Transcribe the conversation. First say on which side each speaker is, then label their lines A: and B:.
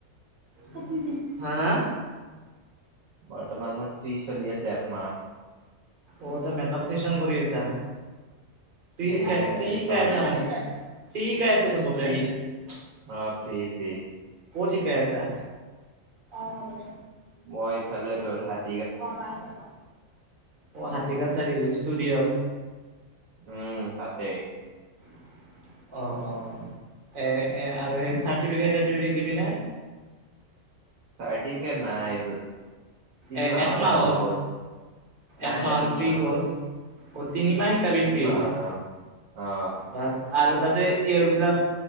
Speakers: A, on the right (about 45°); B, on the right (about 85°).
A: কাটি দে হা হা
B: বৰ্তমান মোৰ ফ্ৰী চলি আছে একমাহ
A: অ তই মেকপ ফেচন কৰি আছা ফ্ৰি
B: সেয়ে
A: কে ফ্ৰি
B: চেচন
A: শিকাইছা মানে ফ্ৰি শিকাই আছা চবকে
B: ফ্ৰী অ ফ্ৰী ফ্ৰী
A: ক'ত শিকাই আছা অহ হ'ব দে
B: মই এইফালে দৰঙত
A: অ পাই যাবা অ হাতীগাওঁ চাৰিআলিত ষ্টুডিঅত
B: উম তাতে
A: <unintelligible> অ অ এ এ আৰু সেই চাৰটিফিকেট টাৰ্টিফিকেট দিবি না
B: চাৰ্টিফিকেট নাই এইটোত তিন
A: এ
B: মাহৰে
A: একমাহৰ
B: ক কৰ্চ নাই
A: একমাহৰ
B: নাই তিনি
A: ফ্ৰী
B: মাহৰ
A: কৰ্চ। অ তিনি মাহ শিকাবি
B: তিন
A: ফ্ৰী
B: মাহৰ অ অ
A: ভা আৰু তাতে এই এইবিলাক